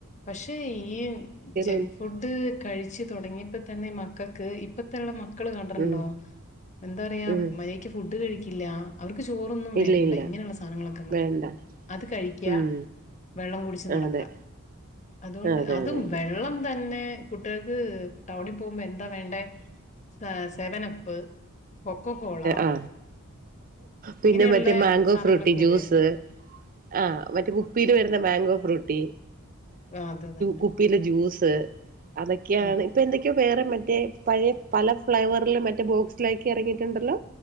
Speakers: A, on the left; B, on the right.
A: പക്ഷെ ഈ ജങ്ക്
B: ഒന്ന്
A: ഫുഡ് കഴിച്ചു തുടങ്ങിയപ്പോ തന്നെ മ മക്കൾക്ക് ഇപ്പഴത്തുള്ള മ <unintelligible> ക്കൾ മ കണ്ടിുോ
B: ഉം
A: എന്താ പറയാ
B: ഉം
A: മാറിയത്തേക്ക് ഫുഡ് ഇല്ല അവർ നക്ക് ചോറൊന്നും
B: ഇല്ല
A: വേണ്ട
B: ഇല്ല
A: ഇങ്ങനെയുള്ള സാധനങ്ങളൊക്കെ മതി
B: വേണ്ട
A: അത് കഴിക്ക
B: ഉം
A: വെള്ളം കുടിച്ച് നടക്ക
B: അതെ
A: അതുകൊണ്ട്
B: അതെ
A: അതും
B: അതെ അതെ
A: വെള്ളം തന്നെ തന്നെ കുട്ടികൾക്ക് ടൗണിൽ പോകുമ്പോ എന്താ വേണ്ടേ സ സെവനപ്പ് കൊക്കോ കോള
B: ആ പിന്നെ
A: ഇങ്ങനെയുള്ള
B: മറ്റേ മാങ്കോ
A: സാധനങ്ങളൊക്കെ
B: ഫ്രൂട്ടി ജ്യൂസ്
A: വേണ്ടു
B: ആ മറ്റേ കുപ്പിൽ വരുന്ന മാങ്കോ ഫ്രൂട്ടി
A: അത് തന്നെ
B: കുപ്പിയിലെ ജ്യൂസ് അതൊക്കെയാണ്
A: ആ
B: ഇപ്പൊ എന്തൊക്കെയോ വേറെ മറ്റേ പഴയ പല ഫ്ലേവറിൽ മറ്റേ ബോക്സിലാക്കി ഇറക്കിട്ട് ണ്ടല്ലോ